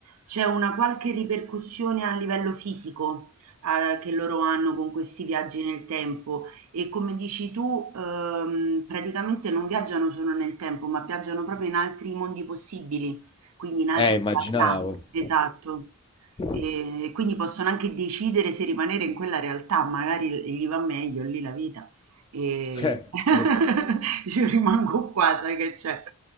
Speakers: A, on the right; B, on the left.
A: c'è una qualche ripercussione a livello fisico, eh, che loro hanno con questi viaggi nel tempo e come dici tu, ehm, praticamente non viaggiano solo nel tempo, ma viaggiano proprio in altri mondi possibili, quindi in altre
B: Eh, immaginavo.
A: realtà. Esatto.
B: <laughs>
A: E quindi possono anche decidere se rimanere in quella realtà, magari gli va meglio lì la vita. E
B: Eh,
A: <laughs>
B: certo.
A: Io rimango qua, sai che c'è.